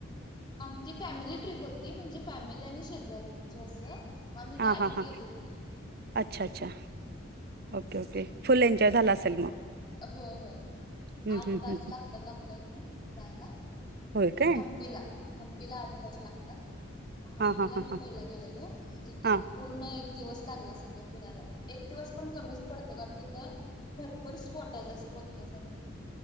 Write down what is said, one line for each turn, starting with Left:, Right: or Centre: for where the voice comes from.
Left: आमची फॅमिली ट्रिप होती म्हणजे फॅमिली आणि शेजारी. जे असं मग मी
Right: हा
Left: गाडी
Right: हा हा
Left: केली होती.
Right: अच्छा अच्छा ओके ओके फुल एन्जॉय झाला असेल मग.
Left: होय होय
Right: हम्म
Left: आठ
Right: हम्म
Left: तास
Right: हम्म
Left: लागतात आपल्या इथून जायला.
Right: होय काय
Left: हंपीला हंपीला आठ तास लागतात. म हंपीला
Right: हा हा
Left: आम्ही
Right: हा हा
Left: पहिला गेलेलो तिथ
Right: हा
Left: पूर्ण एक दिवस लागला सगळ फिरायला एक दिवस पण कमीच पडतो कारन तिथ भरपूर पोट जसं बघण्यासारखे.